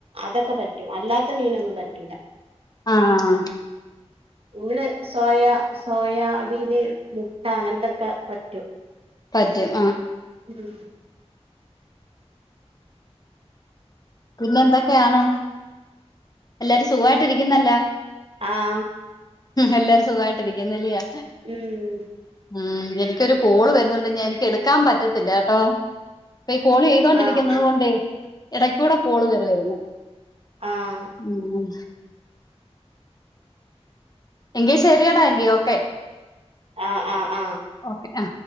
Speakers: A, on the right; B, on the left.
A: അതൊക്കെ പറ്റും അല്ലാത്ത മീനൊന്നും പറ്റൂല്ല
B: ആഹ്
A: ന്നു സോയാ സോയാബീന് മു ട്ട അങ്ങനത്തൊക്കെ പറ്റും
B: പറ്റും ആ
A: <inaudible>
B: പിന്നെന്തൊക്കെയാണ്? എല്ലാരും സുഖയിട്ട് ഇരിക്കുന്നല്ലോ?
A: ആഹ്
B: എല്ലാരും സുഖായിട്ടി രിക്കുന്നില്ലയാ
A: ഉം
B: ഉം എനിക്കൊരു കോള് വരുന്നുണ്ട് ഞാൻ എനിക്ക് എടുക്കാൻ പറ്റത്തില്ല കേട്ടോ ഇപ്പൊ ഈ കോള് ചെയ്തോണ്ടിരിക്കുന്നത്
A: ആഹ്
B: കൊണ്ട് ഇടയ്ക്കൂടെ കോള് കയറി വരുന്നു
A: ആഹ
B: ഉം എങ്കി ശരിയടാ എങ്കി യോക്കെ
A: ആഹ് ആഹ് ആഹ്
B: ഓക്കെ ആ